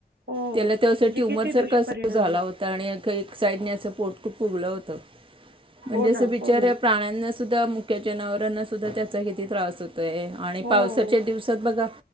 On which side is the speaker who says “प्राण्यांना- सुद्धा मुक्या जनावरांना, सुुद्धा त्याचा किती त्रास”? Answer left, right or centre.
Right